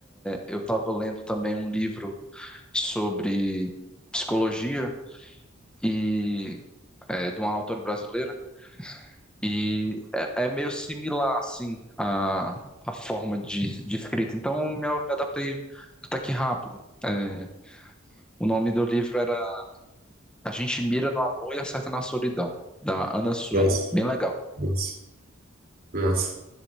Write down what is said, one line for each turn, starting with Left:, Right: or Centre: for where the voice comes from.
Centre: Eu estava lendo também um livro sobre psicologia e é, de uma autora brasileira, E é, é meio similar, assim, a, a forma de, de escrita. Então, eu me adaptei até que rápido. É, o nome do livro era A gente mira no amor e acerta na solidão, da Ana Sui.
Right: Nossa,
Centre: Bem legal.
Right: nossa, nossa.